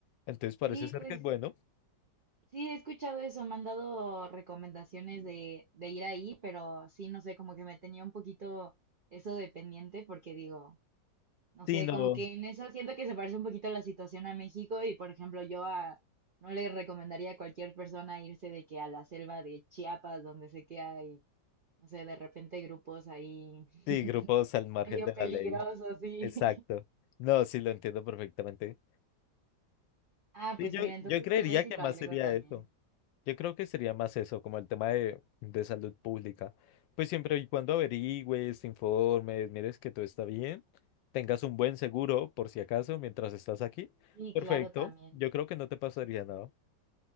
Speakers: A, on the left; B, on the right.
A: Entonces parece
B: Sí,
A: ser
B: pues
A: que es bueno.
B: sí, he escuchado eso. Me han dado recomendaciones de, de ir ahí, pero sí, no sé, como que me tenía un poquito eso de pendiente porque digo, no
A: Sí,
B: sé,
A: no,
B: como que en eso siento que se parece un poquito la situación a México y, por ejemplo, yo a, no le recomendaría a cualquier persona irse de que a la selva de Chiapas, donde sé que hay, no sé, de repente grupos ahí <laughs>
A: sí, grupos al margen
B: medio
A: de
B: peligrosos,
A: la ley.
B: sí.
A: Exacto.
B: <laughs>
A: No, sí, lo entiendo perfectamente.
B: Ah,
A: Sí,
B: pues
A: yo,
B: mira, entonces
A: yo creería
B: tal vez
A: que
B: sí lo
A: más
B: agrego
A: sería
B: también.
A: eso. Yo creo que sería más eso, como el tema de, de salud pública. Pues siempre y cuando averigües, te informes, mires que todo está bien, tengas un buen seguro por si acaso mientras estás aquí.
B: Y
A: Perfecto.
B: claro, también.
A: Yo creo que no te pasaría nada.